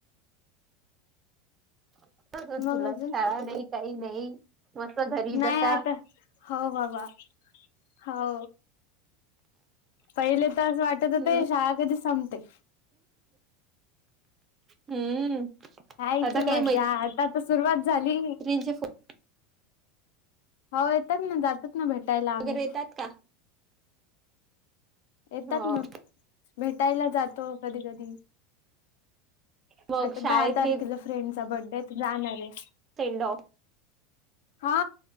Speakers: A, on the right; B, on the left.
A: <unintelligible>
B: मग
A: तुला
B: अजून
A: शाळा नाही काही नाही? मस्त घरी
B: नाही
A: बसा
B: आता, हो बाबा, हो. पहिले तर असं वाटत
A: हम्म
B: होता शाळा कधी संपते.
A: हम्म.
B: खायच
A: आता काही
B: मज्जा आता तर सुरुवात झाली.
A: मैत्रिणींचे फोन
B: हो येतात ना जातच ना भेटायला आम्ही.
A: वगैरे येतात का
B: येतात
A: हो
B: ना, भेटायला जातो कधी कधी.
A: मग
B: आता
A: शाळेत
B: दहा तारखेला फ्रेंडचा बडे तर जाणार आहे.
A: सेंडॉ
B: हा